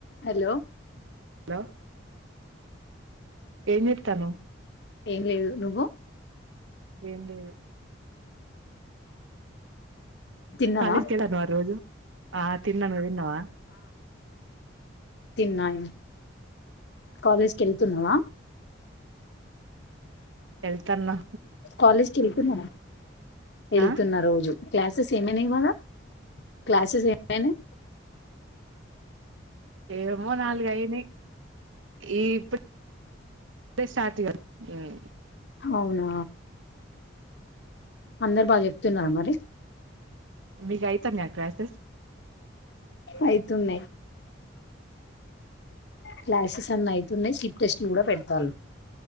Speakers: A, on the left; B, on the right.
A: Hello
B: hello ఏం చెత్తన్నావు
A: ఏం లేదు నువ్వు
B: ఏం లేదు.
A: తిన్నావా
B: కాలేజ్ కి వెళ్ళావా రోజు ఆ తిన్న నువు తిన్నవా?
A: తిన్నాయి కాలేజ్ కు వెళ్తున్నావా?
B: ఏల్తాన్నా
A: కాలేజ్కి వెళ్తున్నవ వెళ్తున్నా
B: ఆ
A: రోజు క్లాసెస్ ఏమైనయి ఇవాళ క్లాసెస్ ఏమయినయి
B: ఏమో నాలుగు అయినయి ఈ ఇప్పు డే స్టార్ట్ కదా మ్మ్
A: హవునా అందరు బాగా చెప్తున్నారా మరి
B: మీగ అయితన్నాయా క్లాసెస్?
A: అయితున్నాయి. క్లాసెస్ అన్న అయితున్నాయి స్లిప్ టెస్ట్లు కూడా పెడతారు.